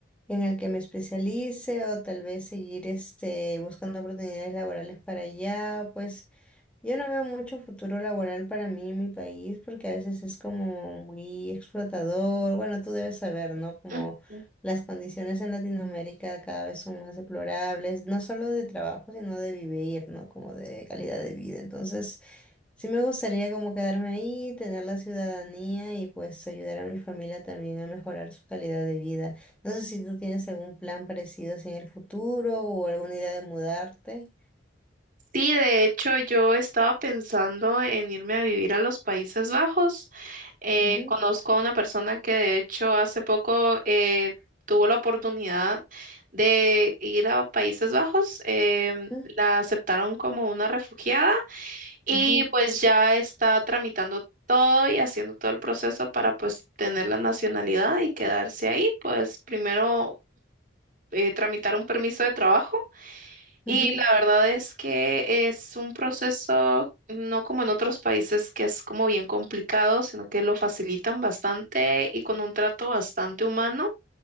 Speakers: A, in the centre; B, on the right (about 40°).
A: en el que me especialice o tal vez seguir este, buscando oportunidades laborales para allá, pues. Yo no veo mucho futuro laboral para mí en mi país porque a veces es como muy explotador. Bueno, tú debes saber, ¿no? Como
B: Ujú.
A: las condiciones en Latinoamérica cada vez son más deplorables, no solo de trabajo, sino de vivir, ¿no? Como de calidad de vida. Entonces, sí me gustaría como quedarme ahí, tener la ciudadanía y pues ayudar a mi familia también a mejorar su calidad de vida. No sé si tú tienes algún plan parecido así en el futuro o alguna idea de mudarte.
B: Sí, de hecho yo estaba pensando en irme a vivir a los Países Bajos. Eh,
A: Ujú,
B: conozco a una persona que de hecho hace poco eh, tuvo la oportunidad de ir a Países Bajos. em,
A: ujú,
B: la aceptaron como una refugiada Y
A: ujú,
B: pues ya está tramitando todo y haciendo todo el proceso para pues tener la nacionalidad y quedarse ahí. Pues primero eh, tramitar un permiso de trabajo y
A: ujú,
B: la verdad es que es un proceso no como en otros países que es como bien complicado, sino que lo facilitan bastante y con un trato bastante humano.